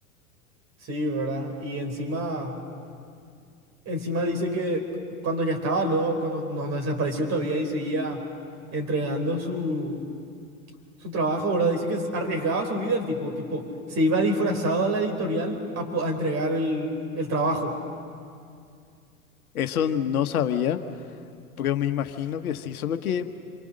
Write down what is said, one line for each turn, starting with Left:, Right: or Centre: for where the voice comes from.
Right: Sí, ¿verdad? Y encima, encima dice que cuando ya estaba loco, cuando no no desapareció todavía y seguía entregando su, su trabajo, ¿verdad? Dice que arriesgaba su vida el tipo, tipo, se iba disfrazado a la editorial a, po- a entregar el, el trabajo.
Left: Eso no sabía, pero me imagino que sí, solo que